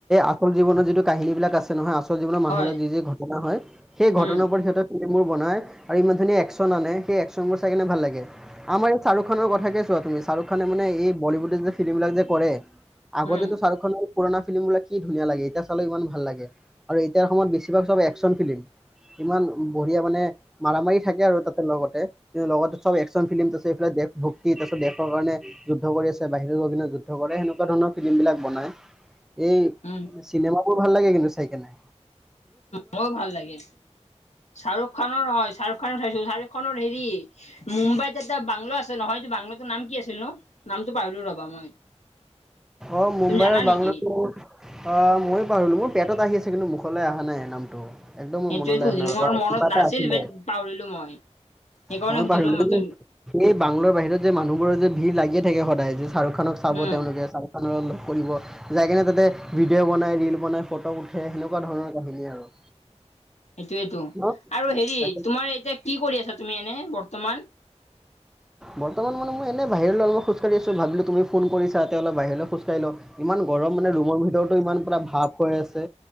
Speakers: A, in the centre; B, on the left.
A: আচল জীৱনৰ যিটো কাহিনী বিলাক আছে নহয় আচ- যিবিলাক মানুহৰ
B: হয়
A: যি যি ঘটনা হয় সেই ঘটনাবোৰ
B: উম
A: সিহঁতে মোৰ বনাই আৰু ইমান ধুনীয়া একশ্যন আনে সেই একশ্যনবোৰ চাই কিনে ভাল লাগে। আমাৰ এই শ্বাহৰুখানৰ কথা কে ছোৱা তুমি শাহৰুখ খানে মানে এই বলিউডৰ যে ফিল্মবিলাক যে কৰে আগতেতো
B: উম
A: শ্বাহৰুখ খানৰ পুৰণা ফিল্মবিলাক কি ধুনীয়া লাগে এতিয়া চালে ইমান ভাল লাগে আৰু এতিয়াৰ সময়ত বেছিভাগ চব একশ্যন ফিল্ম। ইমান বঢ়িয়া মানে মাৰ মাৰি থাকে আৰু তাতে লগতে কিন্তু লগতে চব একশ্যন ফিল্ম ত আছে এইফালে দেশ ভক্তি তাৰপিছত দেশৰ কাৰণে যুদ্ধ কৰি আছে বাহিৰৰ গিনত যুদ্ধ কৰে সেনেকুৱা ধৰণৰ ফিল্ম বিলাক বনাই এই
B: উম
A: চিনেমাবোৰ ভাল লাগে কিন্তু চাই কিনে।
B: ময়ো ভাল লাগে শ্বাহৰুখ খানৰ হয় শ্বাহৰুখ খানৰ চাইছো শ্বাহৰুখ খানৰ হেৰি মুম্বাইত এটা বাংল আছে নহয়টো বাংলটোৰ নাম কি আছিল ন নামতটো পাৰলো ৰ'বা মই।
A: অ মুম্বাই
B: তুমি জানা নেকি
A: বাংলোৰ আহ ময়ো পাহলো মোৰ পেটত আহি আছে কিন্তু মুখলৈ অহা নাই নামটো। একদম মোৰ
B: সেইটোৱে
A: মনলৈ
B: সুধিলো
A: অহা নাই ৰ'বা
B: মোৰ মনত
A: কিবা এটা
B: নাছিল
A: আছিলে
B: বেত পাহৰিলো মই। সেইকাৰণে
A: ময়ো
B: সুধিলো
A: পাহৰিলোঁ
B: ম
A: কিন্তু
B: তুই
A: এই বাংলৰ বাহিৰত যে মানুহবোৰৰ যে ভিৰ লাগিয়ে থাকে সদায় যে শাহৰুখ খানক চাব
B: উম
A: তেওঁলোকে চা- খনৰক লগ কৰিব। যাই কেনে তাতে ভিডিঅ' বনাই ৰিল বনাই ফটো উঠে সেনেকুৱা ধৰণৰ কাহিনী আৰু।
B: এইটোৱেটো
A: ন
B: আৰু হেৰি
A: তাকে
B: তোমাৰ এতিয়া কি কৰি আছা তুমি এনে বৰ্তমান?
A: বৰ্তমান মানে মই এনেই বাহিৰলৈ অলপমান খোজকাঢ়ি আছোঁ ভাবিলোঁ তুমি ফোন কৰিছা ততি অলপ বাহিৰলৈ খোজ কাঢ়ি ল ইমান গৰম মানে ৰুমৰ ভিতৰতো ইমান পূৰা ভাৱ হৈ আছে।